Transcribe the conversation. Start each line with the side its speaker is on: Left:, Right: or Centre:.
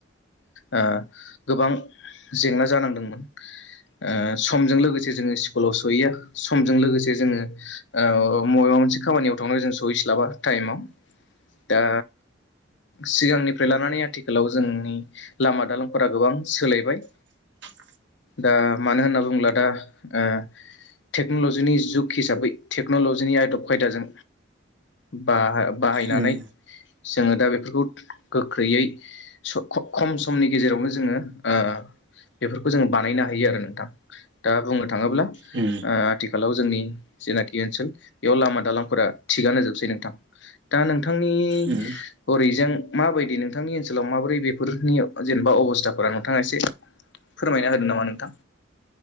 Left: ओ गोबां जेंना जानांदोंमोन ओ समजों लोगोसे जोङो स्कुलाव सहैया समजों लोगोसे जोङो ओ मबेबा मोनसे खामानियाव थांनाय जों सहैस्लाबा टाइमाव दा सिगांनिफ्राय लानानै आथिखालाव जोंनि लामा दालांफोरा गोबां सोलायबाय।
Right: <inaudible>
Left: दा मानो होनना बुङला दा ओ टेक्न'लजनि जुग हिसाबै टेक्न'लजिनि आदब खायदाजों बा-बाहायनानै
Right: औ औ
Left: जोङो दा बेफोरखौ गोख्रैयै स ख-खम समनि गेजेरावनो जोङो ओ बेफोरखौ जोंङो बानायनो हायो आरो नोंथां दा बुङो थांङोब्ला ओ
Right: उम
Left: आथिखालाव जोंनि सिनाखि बेयाव लामा दालांफोरा थिगानो जोबसै नोंथां। दा नों थांनि
Right: उम
Left: हरैजों माबायदि नोंथांनि ओनसोलाव माबोरै बेफोरनि जेनेबा अबस्थाफोरा नोंथांङा एसे फोरमायना होदों नामा नोंथां?